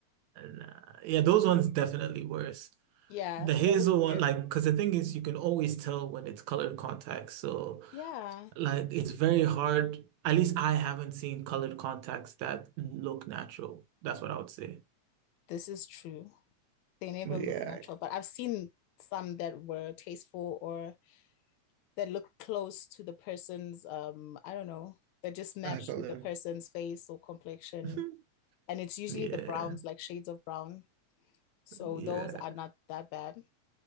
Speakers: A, on the right (about 75°); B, on the left (about 80°).
A: nah. Yeah, those ones definitely worse.
B: Yeah,
A: The hazel
B: they look
A: one,
B: good.
A: like, because the thing is, you can always tell when it's colored contacts. So,
B: Yeah,
A: like, it's very hard. At least I haven't seen colored contacts that look natural. That's what I would say.
B: this is true. They never
A: But
B: look
A: yeah,
B: natural, but I've seen some that were tasteful or that look close to the person's, um, I don't know, that just matched
A: I, I got
B: with
A: it.
B: the person's face or complexion.
A: <laughs>
B: And it's usually
A: Yeah,
B: the browns, like shades of brown. So
A: yeah.
B: those are not that bad.